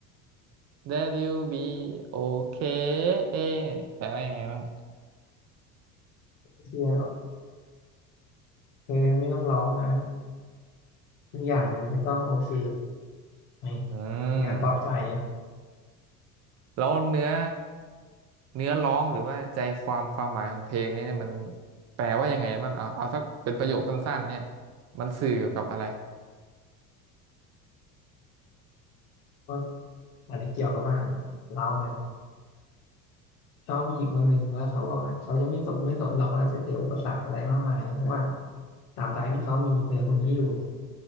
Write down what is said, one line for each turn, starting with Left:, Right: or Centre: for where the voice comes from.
Right: that you'll be okay แปลว่ายังไงบ้าง
Left: เชี่อเธอไม่ต้องร้องนะทุกอย่างเนี่ยมันจะต้องโอเคไหม
Right: อืม
Left: เป็นงานปลอบใจเลย
Right: แล้วเนื้อเนื้อร้องหรือว่าใจความความหมายของเพลงนี้เนี่ยมันแปลว่ายังไงบ้างเอาเอาสักเป็นประโยคสั้นๆเนี่ยมันสื่อเกี่ยวกับอะไร
Left: ก็อาจจะเกี่ยวกับว่าเนี่ยเราเนี่ยชอบผู้หญิงคนหนึ่งแล้วเขาบอกว่าเขาจะไม่สนไม่สนหรอกว่าจะเจออุปสรรคอะไรมากมายเพราะว่าตราบใดที่เขามีเธอคนนี้อยู่เนี่ย